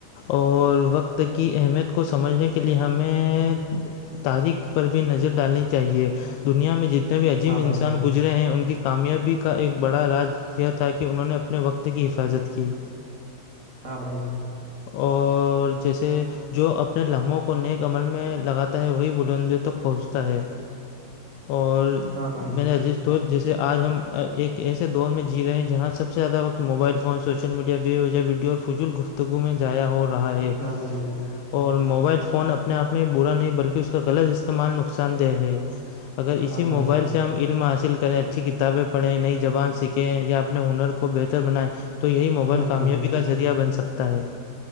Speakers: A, on the left; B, on the right.
A: اور وقت کی اہمیت کو سمجھنے کے لیے ہمیں تاریخ پر بھی نظر ڈالنی چاہیے دنیا میں جتنے بھی عظیم
B: ہاں
A: انسان
B: بھائی جان
A: گزرے ہیں ان کی کامیابی کا ایک بڑا راج یہ تھا کہ انہوں نے اپنے وقت کی حفاظت کی
B: ہاں بھائی جے
A: اور جیسے جو اپنے لمحوں کو نیک عمل میں لگاتا ہے وہی بلندوں تک پہنچتا ہے اور
B: ہاں بھائی جان
A: میرے عزیز دوست جیسے آج ہم ایک ایسے دور میں جی رہے ہیں جہاں سب سے زیادہ وقت موبائل فون سوشل میڈیا بے وجہ ویڈی اور فجول گفت گو میں ضیاء ہو رہا ہے
B: ہاں بھائی جان
A: اور موبائل فون اپب اپنے آپ میں برا نہیں بلکہ اس کا غلط استعمال نقصان دہ ہے اگر اسی
B: ہاں
A: موبائل
B: بھائی جان
A: سے ہم علم حاصل کریں اچھی کتابیں پڑھیں نئی زبان سیکھیں یا اپنے ہنر کو بہتر بنائیں تو یہی موبائل
B: ہاں بھائی
A: کامیابی
B: جان
A: کا ذریعہ بن سکتا ہے